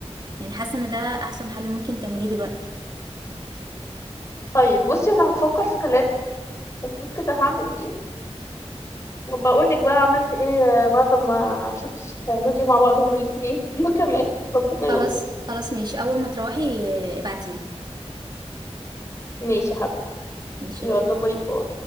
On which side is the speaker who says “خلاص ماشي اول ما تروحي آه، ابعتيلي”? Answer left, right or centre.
Right